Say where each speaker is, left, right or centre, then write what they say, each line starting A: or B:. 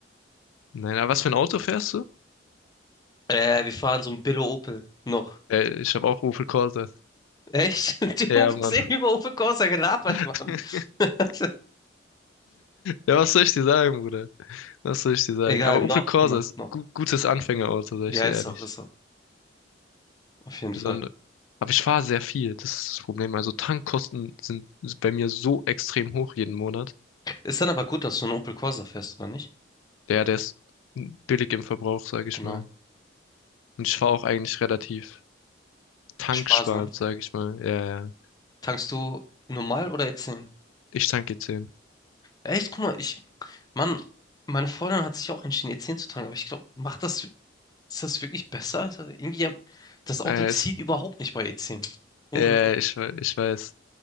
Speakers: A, on the left (about 85°); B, on the left (about 20°).
A: Nein, aber was für ein Auto fährst du?
B: Äh, wir fahren so ein Billo Opel. Noch.
A: Äh, ich habe auch Opel Corsa.
B: Echt? <laughs> Du
A: Ja, Mann.
B: hast eben über Opel Corsa gelabert,
A: <laughs>
B: Mann. <laughs>
A: Ja, was soll ich dir sagen, Bruder? Was soll ich dir sagen?
B: Egal,
A: Aber
B: noch,
A: Opel Corsa
B: noch,
A: ist
B: noch.
A: gu gutes Anfängerauto, sag
B: Ja,
A: ich dir
B: ist
A: ehrlich.
B: auch, ist auch. Auf jeden
A: besonders.
B: Fall.
A: Aber ich fahre sehr viel, das ist das Problem. Also Tankkosten sind bei mir so extrem hoch jeden Monat.
B: Ist dann aber gut, dass du einen Opel Corsa fährst, oder nicht?
A: Der, der ist billig im Verbrauch, sage ich
B: Genau.
A: mal. Und ich fahre auch eigentlich relativ tanksparend,
B: Sparsam.
A: sage ich mal. Ja, ja.
B: Tankst du normal oder E10?
A: Ich tanke zehn. 10.
B: Echt, guck mal, ich, Mann, meine Freundin hat sich auch entschieden, E10 zu tanken, aber ich glaube, macht das, ist das wirklich besser? Also irgendwie, hab- das Auto
A: Äh,
B: zieht
A: es,
B: überhaupt nicht bei E10. Ungelogen.
A: äh, ich, we- ich weiß.